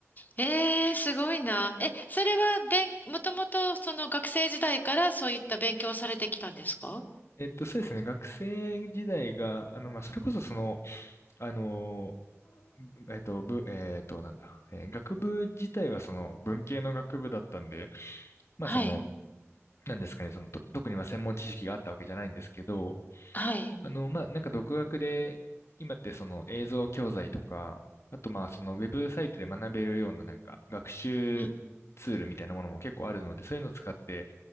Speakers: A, on the left (about 35°); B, on the left (about 60°).
A: ええー、すごいな。え、それは、べん、もともとその学生時代からそういった勉強をされてきたんですか
B: えっと、そうですね。学生時代が、あの、まあ、それこそその、あの、えっと、ぶ、えっと、なんだ、えー学部自体はその文系の学部だったんで、まあその、
A: はい。
B: なんですかね、その、と特にまあ専門知識があったわけじゃないんですけど、
A: はい。
B: あの、まあ、なんか独学で、今ってその映像教材とか、あとまあそのウェブサイトで学べるようななんか学習ツールみたいなものも結構あるので、
A: うん。
B: そういうのを使って